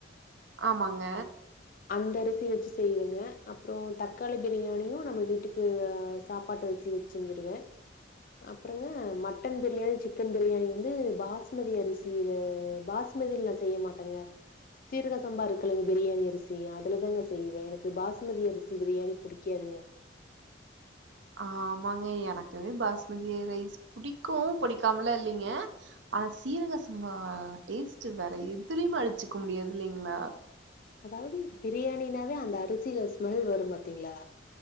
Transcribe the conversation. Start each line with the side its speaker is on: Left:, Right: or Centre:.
Right: ஆமாங்க
Left: அந்த அரிசி வச்சு செய்வேங்க அப்றோ தக்காளி பிரியாணியு நம்ம வீட்டுக்கு அ சாப்பாட்டு அரிசி வச் செஞ்சிருவே அப்றங்க மட்டன் பிரியாணி சிக்கன் பிரியாணி வந்து பாஸ்மதி அரிசி பாஸ் மதில நா செய்ய மாட்டங்க சீரக சம்பா இருக்குலங்க பிரியாணி அரிசி அதுல தாங்க செய்வே எனக்கு பாஸ்மதி அரிசி பிரியாணி புடிக்காதுங்க
Right: ஆமாங்க எனக்குமே பாஸ்மதி ரைஸ் புடிக்கு புடிக்காமலா இல்லீங்க ஆனா சீரகசம்பா டேஸ்ட் வேற எதுலயுமே அடுச்சுக்க முடியாது இல்லைங்ளா
Left: அதாவது பிரியாணினாவே அந்த அரிசில ஸ்மெல் வரும் பாத்தீங்ளா